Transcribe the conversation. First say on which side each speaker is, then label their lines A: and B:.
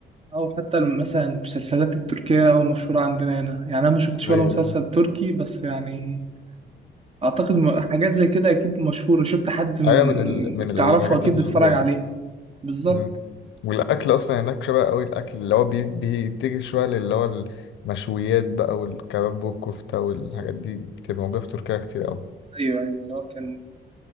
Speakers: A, on the right; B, on the left.
A: أو حتى مثلا المسلسلات التركية أو مشهورة عندنا هنا يعني أنا ما شفتش ولا
B: ايوه
A: مسلسل
B: ايوه
A: تركي بس يعني أعتقد م- حاجات زي كده أكيد مشهورة شفت حد من
B: ايوه من ال... من الحاجات
A: تعرفه أكيد
B: المحبوبه
A: بيتفرج
B: يعني
A: عليه بالظبط
B: امم والاكل اصلا هناك شبه قوي الاكل اللي هو بي... بيتجه شويه للي هو المشويات بقى والكباب والكفته والحاجات دي بتبقى موجوده في تركيا كتير قوي
A: ايوه ايوه اللي هو كان